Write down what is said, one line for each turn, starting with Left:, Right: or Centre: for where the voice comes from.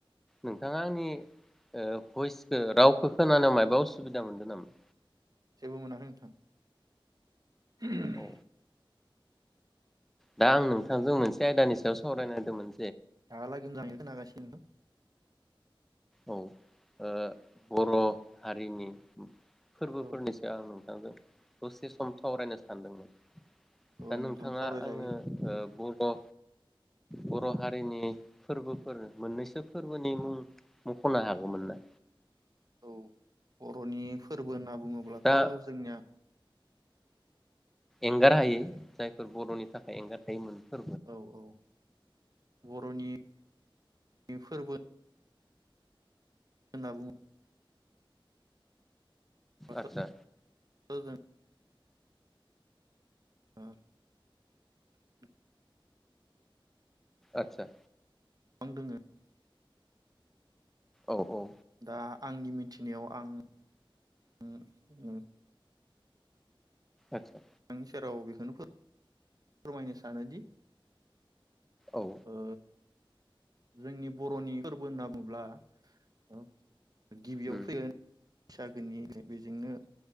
Centre: नोंथाङा आंनि ओ भइस खो रावखो खोनानायाव मायाबा उसुबिदा मोनदो नामा?
Right: जेबो मोनाखै नोंथां। <inaudible>
Centre: औ दा आं नोंथांजों मोनसे आयदानि सायाव सावराय नायदोमोन।
Right: दाहा लागै <unintelligible> खोनागासिनो दं।
Centre: औ ओ बर' हारिनि फोरबोफोरनिसो
Right: औ
Centre: आङो आङो दसे सम सावरायनो सानदोंमोन। दा
Right: औ
Centre: नोंथाङा
Right: नोंथां सावरायजायो
Centre: आंनो ओ बर' बर' हारिनि फोरबोफोर मोननैसो फोरबोनि मुं मख'नो हागोमोन ना?
Right: औ बर'नि फोरबो होनना बुङोब्लाथ'
Centre: दा
Right: जोंनिया
Centre: एंगारहायै जाय फोर बर'नि थाखाय एंगारहायै <unintelligible>
Right: औ औ बर'नि फोरबो होनना बुङो। बाथ'
Centre: आदसा
Right: जों ओ <unintelligible>
Centre: आतसा
Right: गोबां दोङो
Centre: औ औ।
Right: दा आंनि मिथिनायाव आं उम उम
Centre: आतसा
Right: <unintelligible> सेराव बेखौनो फोर फोरमायनो सानोदि
Centre: औ
Right: ओ जोंनि बर'नि फोरबो होनना बुङोब्ला औ गिबियावनो
Centre: उम
Right: फैगोन बैसागोनि बेजोंनो